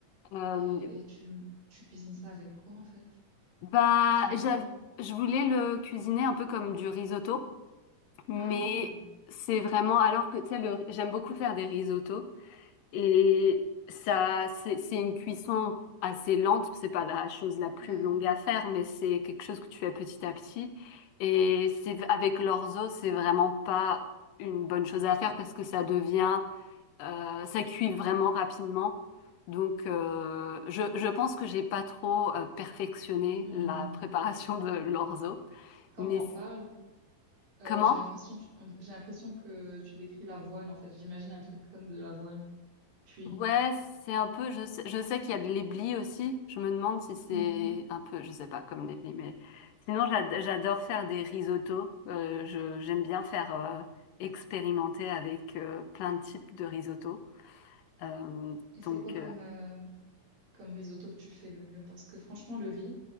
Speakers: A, on the left; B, on the right.
A: Euh,
B: et, et tu, tu cuisines ça avec quoi en fait?
A: bah,
B: Enfin, tu mets
A: j'av-
B: quoi?
A: je voulais le cuisiner un peu comme du risotto, mais
B: Ah,
A: c'est vraiment alors que tu sais, le- j'aime beaucoup faire des risottos et ça, c'est c'est une cuisson assez lente. C'est pas la chose la plus
B: ouais.
A: longue à faire, mais c'est quelque chose que tu fais petit à petit. Et c'est avec l'orzo, c'est vraiment pas une bonne chose à faire parce que ça devient Euh, ça cuit vraiment rapidement. Donc, euh, je, je pense que j'ai pas trop euh, perfectionné
B: Mhm.
A: la <laughs> préparation de l'orzo.
B: Quand
A: Mais
B: t'en
A: c-
B: parles, euh,
A: comment?
B: j'ai l'impression tu- on- j'ai l'impression que tu décris l'avoine en fait. J'imagine un truc comme de l'avoine. cuit.
A: Ouais, c'est un peu. Je sais, je sais qu'il y a de l'éblis aussi. Je me demande si c'est
B: Mhm.
A: un peu, je sais pas, comme l'éblis. Mais sinon, j'ad- j'adore faire des risottos. Euh, je, j'aime bien faire euh, expérimenter avec euh, plein de types de risottos. Euh,
B: Et c'est
A: donc,
B: quoi comme,
A: euh,
B: euh, comme risotto que tu fais le mieux? Parce que franchement, le riz,